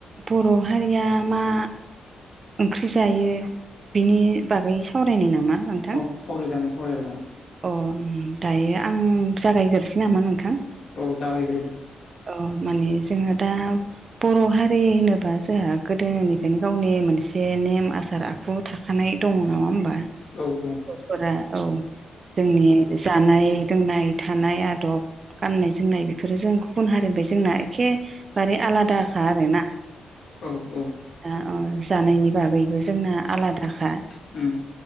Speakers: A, on the right; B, on the left.
A: बर' हारिया मा ओंख्रि जायो बिनि बागै सावरायनाय नामा नोंथां
B: अ सावराय जागोन सावराय जागोन
A: अ दायो आं जागायग्रोसै नामा नोंथां
B: औ जागायग्रोदों
A: औ माने जोङो दा बर' हारि होनोबा जोंहा गोदोनिफ्रायनो गावनि मोन एसे नेम आसार आखु थाखानाय दङ नामा होमबा
B: औ दङ
A: फोरा औ जोंनि जानाय लोंनाय थानाय आदब गाननाय जोमनाय बेफोरो जों गुबुन हारि होनफ्राय जोंना एखेबारे आलादा खा आरो ना
B: औ औ
A: अ जानायनि बागैबो जोंना आलादाखा
B: <inaudible>